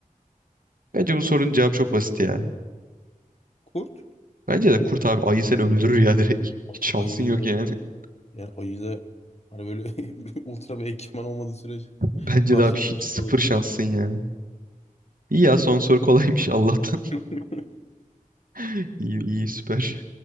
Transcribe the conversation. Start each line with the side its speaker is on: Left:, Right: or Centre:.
Right: Bence bu sorunun cevabı çok basit ya.
Left: Kurt
Right: Bence de kurt abi ayı seni
Left: değil
Right: öldürür
Left: mi?
Right: ya <laughs> direkt.
Left: Ay-
Right: Hiç şansın
Left: Ayı
Right: yok
Left: ile
Right: yani. <laughs>
Left: yani ayı da hani böyle <laughs> ultra bir ekipman olmadığı sürece
Right: Bence
Left: Parça
Right: de abi hiç
Left: pinçik
Right: sıfır
Left: olur.
Right: şansın ya. İyi ya son soru kolaymış Allah'tan.
Left: <laughs>
Right: <laughs> İyi iyi süper.